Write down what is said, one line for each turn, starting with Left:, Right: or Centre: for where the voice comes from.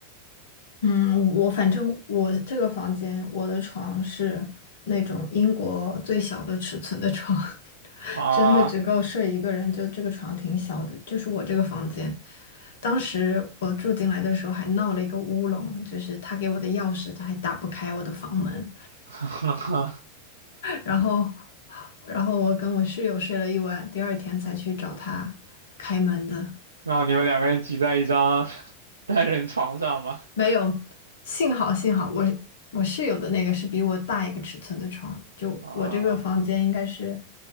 Left: 嗯，我反正我这个房间，我的床是那种英国最小的尺寸的床。<laughs>
Right: 啊。
Left: 真的只够睡一个人，就这个床挺小的，就是我这个房间。当时我住进来的时候还闹了一个乌龙，就是他给我的钥匙他还打不开我的房门，
Right: <laughs>
Left: 然后，然后我跟我室友睡了一晚，第二天才去找他开门的。
Right: 然后你们两个人挤在一张 <laughs> 单人床上嘛？
Left: 没有，幸好幸好我我室友的那个是比我大一个尺寸的床，就我这个房间应该是
Right: 啊